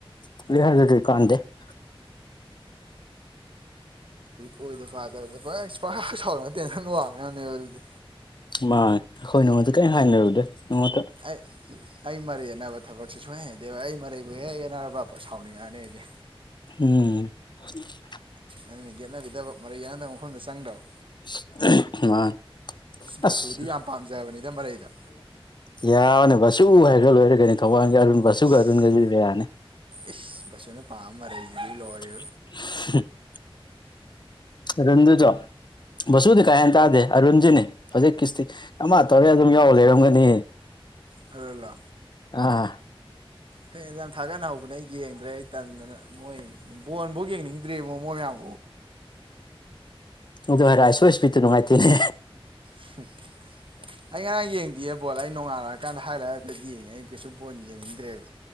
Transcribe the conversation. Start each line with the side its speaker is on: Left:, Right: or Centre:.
Left: <unintelligible>
Right: ꯑꯣꯏꯗꯕ ꯄꯥꯗꯕꯗ ꯄꯔ ꯁꯥꯎꯔꯒ ꯇꯦꯟꯁꯟ ꯋꯥꯡꯅꯅꯦꯕ ꯑꯗꯨꯗꯤ
Left: ꯃꯥ ꯑꯩꯈꯣꯏ ꯅꯣꯡꯃꯗ ꯀꯔꯤꯝ ꯍꯥꯏꯅꯔꯨꯗꯦ ꯅꯣꯡꯃꯇ
Right: ꯑꯩ ꯑꯩ ꯃꯔꯩ ꯌꯦꯠꯅꯕ ꯊꯕꯛꯁꯦ ꯁꯨꯡꯍꯩ ꯍꯩꯅꯗꯦꯕ ꯑꯩ ꯃꯔꯩꯕꯨ ꯍꯦꯛ ꯌꯦꯠꯅꯔꯕ ꯁꯥꯎꯅꯤꯡꯉꯛꯑꯅꯤ ꯑꯩꯗꯤ
Left: ꯎꯝ <inaudible>
Right: ꯑꯗꯨꯅ ꯌꯦꯠꯅꯕꯤꯗꯕ ꯃꯔꯩ ꯌꯦꯠꯅꯕ ꯃꯐꯝꯗ ꯆꯪꯗꯕ
Left: <unintelligible>
Right: ꯕꯁꯨꯗꯤ
Left: ꯑꯁ
Right: ꯌꯥꯝ ꯄꯥꯝꯖꯕꯅꯤꯗ ꯃꯔꯩꯗ
Left: ꯌꯥꯅꯤ ꯕꯥꯁꯨꯨ ꯍꯥꯏꯒ꯭ꯔ ꯂꯣꯏꯔꯦ ꯀꯩꯅꯣ ꯊꯧꯕꯥꯜꯒꯤ ꯑꯔꯨꯟ ꯕꯥꯁꯨꯨꯒ
Right: ꯏꯁ
Left: ꯑꯔꯨꯟꯒꯁꯨ ꯌꯥꯅꯤ
Right: ꯏꯁ ꯕꯁꯨꯅ ꯄꯥꯝꯕ ꯃꯔꯩꯁꯤꯗꯤ ꯂꯣꯏꯔꯦ
Left: <inaudible> ꯑꯔꯨꯟꯗꯨꯖꯨ ꯕꯁꯨꯗꯤ ꯀꯥꯌꯥ ꯍꯥꯏꯅ ꯇꯥꯗꯦ ꯑꯔꯨꯟꯖꯤꯅꯦ ꯍꯧꯖꯤꯛ ꯀꯤꯁꯇꯤ ꯑꯃ ꯇꯧꯔꯦ ꯑꯗꯨꯝ ꯌꯥꯎꯔ ꯂꯩꯔꯝꯒꯅꯤ
Right: ꯑꯔꯨꯟꯂꯣ
Left: ꯑꯥ
Right: ꯍ ꯌꯦꯟꯁ ꯌꯥꯝ ꯊꯥꯒꯠꯅ ꯍꯧꯕꯅꯦ ꯑꯩ ꯌꯦꯡꯗ꯭ꯔꯦ ꯑꯩ ꯇꯟꯗꯅ ꯃꯣꯏ ꯕꯣꯟꯐꯧ ꯌꯦꯡꯅꯤꯡ ꯗꯔ꯭ꯦ ꯃꯣꯏ ꯌꯥꯝ
Left: ꯑꯗꯨ ꯍꯥꯏꯔ ꯑꯥꯏ ꯁꯣ ꯏꯁꯄꯤꯠꯇ ꯅꯨꯡꯉꯥꯏꯇꯦꯅꯦ
Right: ꯊꯦꯡꯌꯨ ꯑꯩ ꯉꯔꯥꯡ ꯌꯦꯡꯗꯦ ꯕꯣꯜ ꯑꯩ ꯅꯣꯡꯉꯥꯜꯂꯀꯥꯟꯗ ꯍꯥꯏ ꯂꯥꯏꯠ ꯌꯦꯡꯉꯦ ꯑꯩ ꯀꯩꯁꯨ ꯕꯣꯜ ꯌꯦꯡꯅꯤꯡꯗ꯭ꯔꯦꯕ